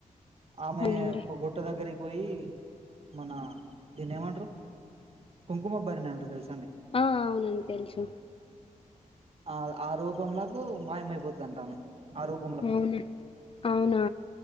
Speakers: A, on the right; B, on the left.
A: ఆమె
B: అవునండి
A: ఒక గుట్ట దగ్గరికి పోయి మన దినేమంటారు కుంకుమబరిణి అంటరు తెలుసు
B: ఆ అవునండి తెలుసు
A: ఆ ఆ రూపంలకు మాయమయి పోతదంట ఆమె ఆ రూప
B: అవునా అవునా